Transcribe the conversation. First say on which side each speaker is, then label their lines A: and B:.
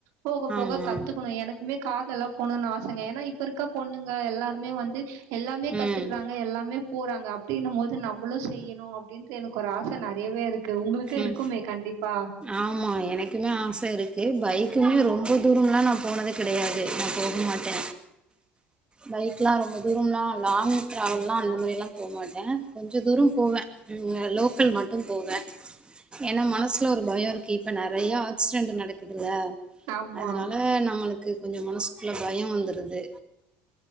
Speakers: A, on the right; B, on the right.
A: போக போக
B: ஆமா
A: கத்துக்கணு எனக்குமே கால்லெல்லா போணுனு ஆசங்க ஏனா இப்ப இருக்க பொண்ணுங்க எல்லாருமே வந்து எல்லாமே கத்துக்கறாங்க
B: ம்
A: எல்லாமே போறாங்க அப்டின்னும்போது நம்மளு செய்யணு அப்டின்னு எனக்கு ஒரு ஆசை நறையவே இருக்கு உங்களுக்கே
B: ம்
A: இருக்குமே கண்டிப்பா
B: ஆமா எனக்குமே ஆச இருக்கு பைக்குமே ரொம்ப தூரம்லா நா போனது கெடையாது நா போ போமாட்ட பைக்லா ரொம்ப தூரம்லா லாங் ட்ராவல்லா அந்த மாரிலா போ மாட்ட கொஞ்ச தூரோ போவ ம் அ லோக்கல் மட்டும் போவ ஏன்னா மனசுல ஒரு பயோ இருக்கு இப்ப நறையா அக்ஸ்டென்ட்டு நடக்குதுல
A: ஆமா
B: அதனால நம்மளு க்கு கொஞ்சோ மனசுக்குள்ள பயோ வந்திருது